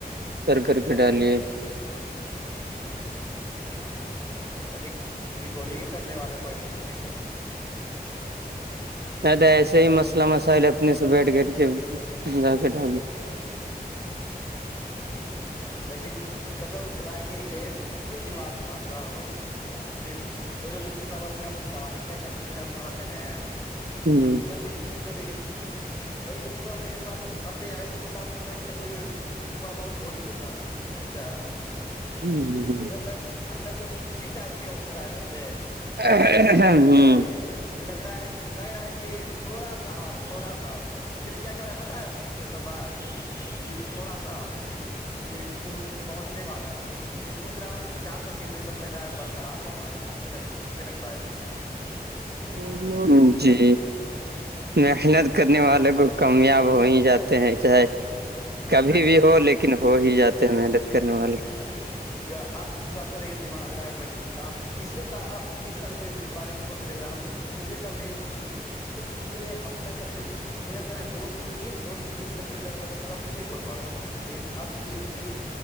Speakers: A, on the right; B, on the left.
A: کر کر کے ڈالے
B: ر ریکارڈنگ کرنے والا کوئی نہیں ہے
A: نہیں تو ایسے ہی مسئلہ مسائل اپنے سے بیٹھ کر کے جا کے ڈالی
B: ہ ہ لیکن کسب خدا کے یہ <unintelligible> یہ بھی مانتا ہوں کہ جو جو مفتی صاحب اب یہاں پر تاریخ ہے حبیب عللم پڑاتے نا
A: ہوں
B: وہی چیز کو دیکھے وہی چیز کو ہم دیک تھوڑا سا <unintelligible> آدمی کے مطابق تقریب تھوڑا بہت بور ہی دیتا ہوں سمجھا <unintelligible>
A: ہوں ہ ہ <unintelligible>
B: ب اندر سے خوشی ٹائپ کے ہو رہا ہے سمجھے
A: ہ
B: خوشی
A: ہ
B: ٹائپ کی ہو رہی ہے کہ لگ رہا ہے لگ رہا ہے کہ تھوڑا سا اور تھوڑا سا اور دل کیا کر رہا ہے بتیں روتم بھائی کہ تھوڑا سا اور کہ پہنچ پہنچنے والا ک سوچ رہا ہوں کہ چار سال کی محنت لگ رہ ہے برقرار ہو رہا ہے ل سے لگتا ہے ابھی <unintelligible>
A: <unintelligible> ب
B: قسم
A: اور
B: سے
A: جی محنت کرنے والے کو کامیاب ہو ہی جاتے ہیں چاہے کبھی بھی ہو لیکن ہو ہی جاتے ہیں محنت کرنے والے
B: اور اب تھوڑاھ دماغ لگا کرکھ گاؤں پچھلے سال اور اس سال کے بارے میں سوچھ کے دیکھ رہا ہوں کہ پچھلے سال پورے ہفتہ تقریب پورے ہفتہ دو تین دن دو تین دن تکری ڈرتا تھا تب بھی نہیں بول پاتا تھا لیکن اب ایک دن